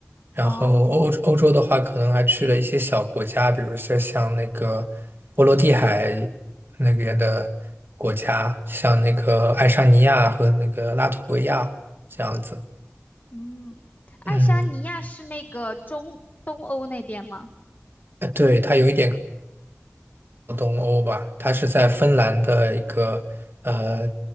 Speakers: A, on the right; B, on the left.
A: 然后欧欧洲的话，
B: 哦，
A: 可能还去了一些小国家，比如说像那个波罗的海那边的国家，像那个爱沙尼亚和那个拉脱维亚这样子。
B: 嗯，爱沙尼亚是那个中东欧那边吗？
A: 嗯，呃对，它有一点靠东欧吧，它是在芬兰的一个呃，